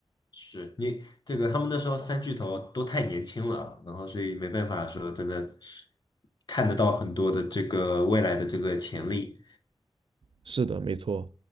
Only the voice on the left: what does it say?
是你这个，他们那时候三巨头都太年轻了，然后所以没办法说真的看得到很多的这个未来的这个潜力。